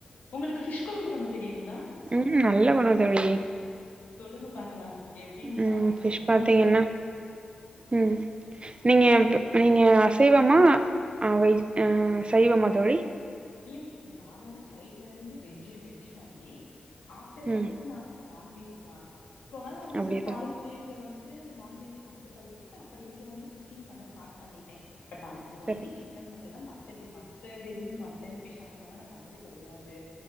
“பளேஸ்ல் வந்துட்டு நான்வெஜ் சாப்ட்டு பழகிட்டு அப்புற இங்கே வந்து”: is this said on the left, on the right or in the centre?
Left